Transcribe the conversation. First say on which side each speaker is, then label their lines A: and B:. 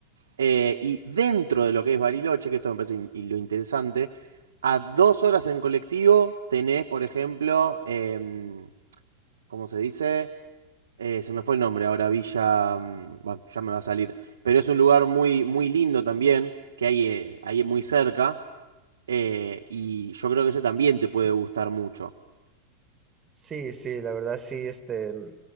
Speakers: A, on the right (about 70°); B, on the right (about 20°).
A: Eh, y dentro de lo que es Bariloche, que esto me parece in- y lo interesante, a dos horas en colectivo tenés, por ejemplo, em, ¿cómo se dice? Eh, se me fue el nombre ahora, Villa, mm, bueno, ya me va a salir, pero es un lugar muy, muy lindo también, que hay eh, ahí muy cerca, eh, y yo creo que ese también te puede gustar mucho.
B: Sí, sí, la verdad sí, este, mm,